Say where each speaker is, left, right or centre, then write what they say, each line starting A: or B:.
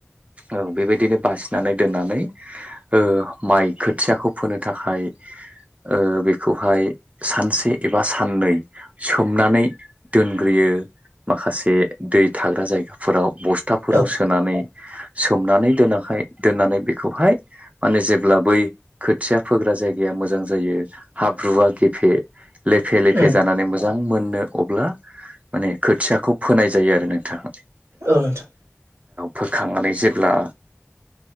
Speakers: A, on the right; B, on the right.
A: औ बेबायदिनो बासिनानै दोननानै ओ माइ खोथियाखौ फोनो थाखाय ओ बेखौहाय सानसे एबा साननै सोमनानै दोनग्रोयो माखासे दै थाग्रा जायगाफोराव बस्थाफोराव
B: औ
A: सोनानै सोमनानै दोनाखै दोननानै बेखौहाय माने जेब्ला बै खोथिया फोग्रा जायगाया मोजां जायो हाब्रुआ गेफे लेफे लेफे
B: उम
A: जानानै मोजां मोजां मोननो अब्ला माने खोथियाखौ फोनाय जायो आरो नोंथाङा।
B: ओ नोंथां
A: फोखांनानै जेब्ला